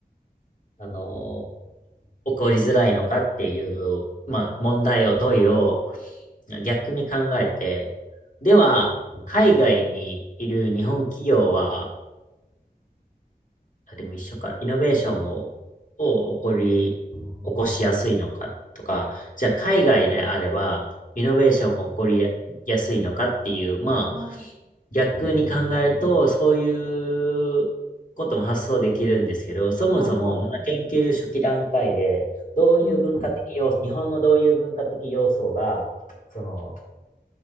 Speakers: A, on the left; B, on the right.
A: あのー、起こりづらいのかっていう、まあ、問題を、問いを逆に考えて、では、
B: い。
A: 海外にいる日本企業は、あ、でも一緒か。イノベーションを、を起こり、起こしやすいのかとか、じゃあ海外であれば、イノベーションを起こりややすいのかっていう、まあ、
B: ああ、は
A: 逆に考えると、そういうことも発想できるんですけど、そもそも、
B: あはあはあ。
A: まだ研究初期段階で、どういう文化的要素、
B: うん。
A: 日本のどういう文化的要素が、その、